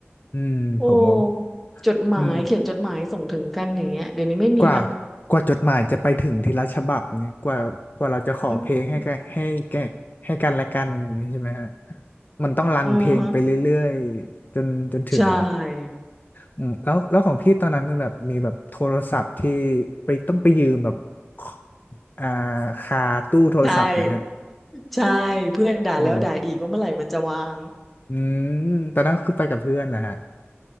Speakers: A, on the left (about 45°); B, in the centre.
A: อืมผมว่า
B: โอ้จดหมายเขียนจดหมายส่งถึงกันอย่างเงี้ยเดี๋ยวนี้ไม่มีละ
A: อืม กว่ากว่าจดหมายจะไปถึงทีละฉบับเนี่ยกว่ากว่าเราจะขอเพลงให้กันให้แก่ให้กันและกันอย่างนี้ใช่ไหมฮะ
B: อืม
A: มันต้องรันเพลงไปเรื่อยๆจนจนถึง
B: อ๋อฮะใช่
A: อืมแล้วแล้วของพี่ตอนนั้นแบบมีแบบโทรศัพท์ที่ไปต้องไปยืมแบบขอ่าคาตู้โทรศัพท์ไหมฮะ
B: ใช่ใช่เพื่อนด่าแล้วด่าอีกว่าเมื่อไหร่มันจะวาง
A: อ๋ออืมตอนนั้นคือไปกับเพื่อนแหละฮะ